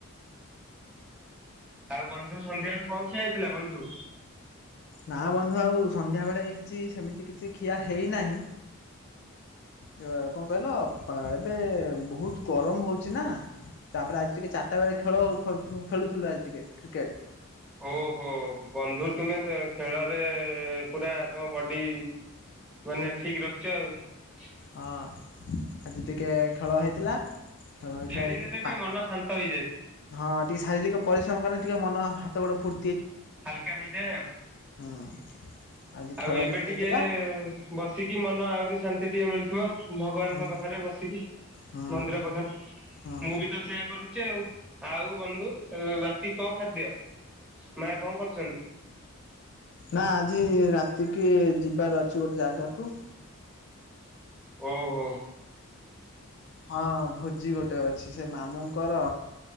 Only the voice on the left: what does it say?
ନା ବନ୍ଧୁ ଆଉ ସନ୍ଧ୍ୟାବେେଳେ କିଛି ସେମିତି କିଛି ଖିଆ ହେଇନାହିଁ। ଇଏ କଣ କଇଲ ପା ଏବେ ବହୁତ ଗରମ ହଉଛି ନା ତାପରେ ଆଜି ଟିକେ ଚାରଟା ବେଳେ ଖେଳ ଖେଳୁଥୁଲୁ ଖେଳୁଥୁଲୁ ଆଜି ଟିକେ କ୍ରିକେଟ।
ହଁ
ହଁ ଆଜି ଟିକେ ଖେଳ ହେଇଥିଲା। ଖେଳ ହେଇଥିଲା
ଯେହେତୁ
ପା
ହଁ ଟିକେ ଶାରୀରିକ ପରିଶ୍ରମ କଲେ ଟିକେ ମନ ହାତ ଗଡ଼ ଫୁ
ହୁଁ ଆଜି
ଖେଳ
ହେଇଥିଲା
ହୁଁ
ହଁ
ହଁ।
ନା ଆଜି ରାତିକି ଯିବାର ଅଛି ଗୋଟେ ଜାଗାକୁ
ହଁ ଭୋଜି ଗୋଟେ ଅଛି ସେ ମାମୁଁ ଙ୍କର